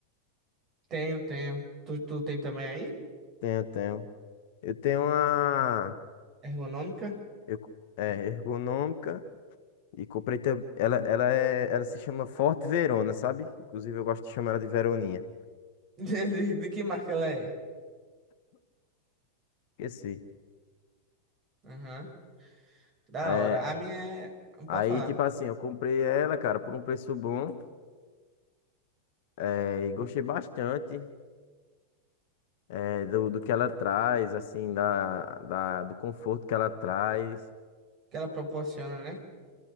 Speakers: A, on the right; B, on the left.
A: Tenho, tenho. Tu, tu tem também aí?
B: Tenho, tenho. Eu tenho uma,
A: Ergonômica? <laughs>
B: eu co- é, ergonômica e comprei, tam- ela, ela é, ela se chama Forte Verona, sabe? Inclusive eu gosto de chamar ela de Veroninha.
A: De, de- de que marca ela é?
B: Esqueci.
A: Aham. Da
B: É,
A: hora. A minha é.
B: aí,
A: Pode falar.
B: tipo assim, eu comprei ela, cara, por um preço bom, é, e gostei bastante, é, do, do que ela traz, assim, da, da, do conforto que ela traz.
A: que ela proporciona, né?